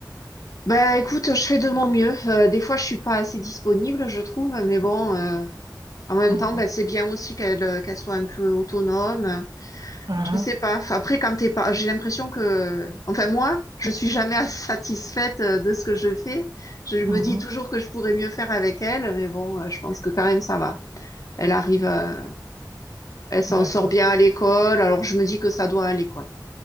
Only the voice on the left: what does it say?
Bah écoute, je fais de mon mieux. Euh, des fois, je suis pas assez disponible, je trouve, mais bon, euh, en même
temps, bah, c'est bien aussi qu'elle euh, qu'elle soit un peu autonome.
Je sais pas. Enfin, Après, quand t'es pas, j'ai l'impression que, enfin moi, je suis jamais <laughs> satisfaite euh, de ce que je fais. Je me
dis toujours que je pourrais mieux faire avec elle, mais bon, euh, je pense que quand même ça va. Elle arrive. euh, Elle s'en
sort bien à l'école, alors je me dis que ça doit aller, quoi.